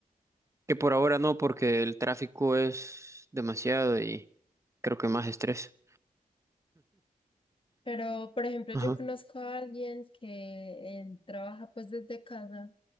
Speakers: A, on the right; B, on the left.
A: que por ahora no, porque el tráfico es demasiado y creo que más estrés.
B: Pero, por ejemplo,
A: Ajá.
B: yo conozco a alguien que él trabaja pues desde casa